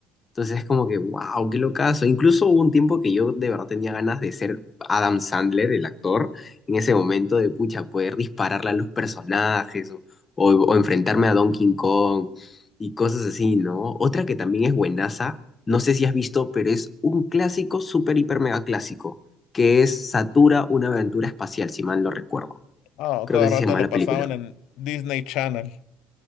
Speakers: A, on the left (about 25°); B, on the left (about 75°).
A: Entonces es como que, wow, qué locazo. Incluso hubo un tiempo que yo de verdad tenía ganas de ser Adam Sandler, el actor, en ese momento de pucha, poder dispararle a los personajes o, o- o enfrentarme a Donkey Kong y cosas así, ¿no? Otra que también es buenaza, no sé si has visto, pero es un clásico, súper, hiper, mega clásico, que es Satura, una aventura espacial, si mal no recuerdo.
B: Ah,
A: Creo
B: cada
A: que así
B: rato
A: se llama
B: lo
A: la
B: pasaban
A: película.
B: en Disney Channel.